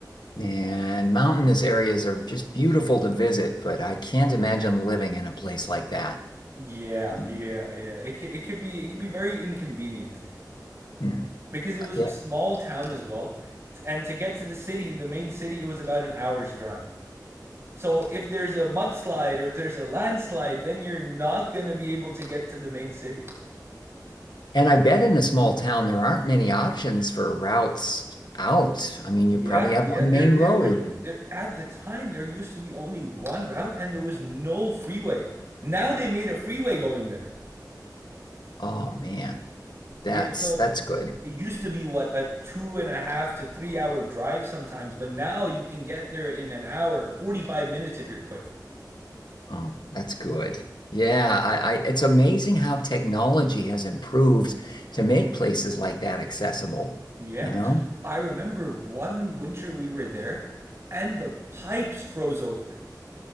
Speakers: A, on the left; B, on the right.
A: And mountainous areas are just beautiful to visit, but I can't imagine living in a place like that.
B: Yeah,
A: you know?
B: yeah, yeah. It c- it could be it could be very inconvenient.
A: Hmm.
B: because it was
A: Yeah.
B: a small town as well. And to get to the city, the main city, it was about an hour's drive. So if there's a mudslide or if there's a landslide, then you're not gonna be able to get to the main city.
A: And I bet in a small town there aren't many options for routes out. I mean,
B: Yeah,
A: you probably have
B: yeah.
A: one
B: There,
A: main
B: there
A: road.
B: were there at the time there used to be only one route and there was no freeway. Now they made a freeway going there.
A: Oh man, that's
B: Yeah, so
A: that's good.
B: it used to be what a two and a half to three hour drive sometimes, but now you can get there in an hour, 45 minutes if you're quick.
A: Oh, that's good. Yeah, I, I it's amazing how technology has improved to make places like that accessible,
B: Yeah.
A: you know?
B: I remember one winter we were there and the pipes froze over.